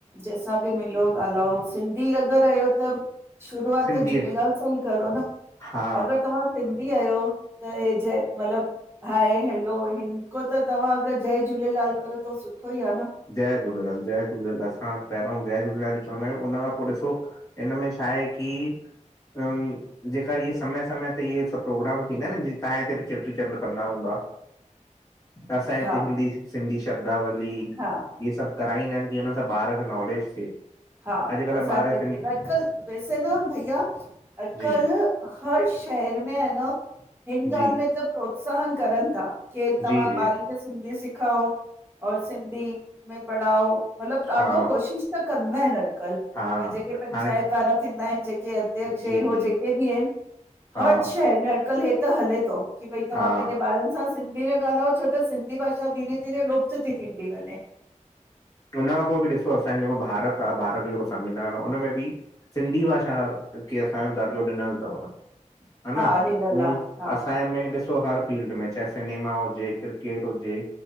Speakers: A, on the right; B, on the left.
A: जैसां। भी मिलो ॻाल्हायो सिंधी अगरि आयो त शुरूआत
B: सिंधी
A: त झूलेलाल सां ही करो न
B: हा
A: अगरि तव्हां सिंधी आयो। त हे जय मतलबु हाए हैलो हिनखां त तव्हां अगरि जय झूलेलाल करो त सुठो ई आहे न
B: जय झूलेलाल जय झूलेलाल असां पहिरियों जय झूलेलाल ई चवंदा आहियूं हुन खां पो ॾिसो हिन में छा आहे की। अ जेका इहे समय समय ते इहे सभु प्रोग्राम थींदा आहिनि जीअं तव्हांजे हिते ॿि चेटी चंड्र कंदा हूंदा।
A: <inaudible>
B: असांजे
A: हा
B: हिते हिंदी सिंधी शब्दावली इहे
A: हा
B: सभ कराईंदा आहिनि की हुन सां ॿार खे नॉलेज थिए।
A: हा
B: अॼुकल्ह
A: असांजे
B: ॿार
A: हिते
B: सिंधी
A: अॼुकल्ह वैसे न भईया अॼुकल्ह
B: जी
A: हर शहर मे आ न हिन
B: जी
A: ॻाल्हि में त प्रोत्साहन करनि ता की तव्हां
B: जी जी
A: ॿारनि खे सिंधी सि खाओ और सिंधी में पढ़ाओ मतिलबु ॾाढो
B: हा
A: कोशिश त कंदा आहिनि अॼ कल
B: हा
A: पर जेके पंचायत
B: हाणे
A: वारा थींदा आहिनि जेके अध्यक्ष
B: जी
A: ऐं हो
B: जी
A: जेके बि आहिनि।
B: हा
A: हर शहर में अॼुकल्ह हे त हले तो की भई तव्हां
B: हा
A: पेंजे ॿारनि सां सिं हीअ ॻाल्ह आए छो त सिंधी भाषा धीरे धीरे लुप्त थी थींदी वञे!
B: हुन खां पो ॿि ॾिसो असांजो जेको भारत आ भारत जो जेको संविधान आ हुन में ॿि सिंधी भाषा खे असांजो दर्जो ॾिनल तव हा
A: हा
B: न
A: ॾिनल
B: हू
A: आहे हा
B: असां में ॾिसो हर फिल्ड में चाहे सिनेमा हुजे क्रिकेट हुजे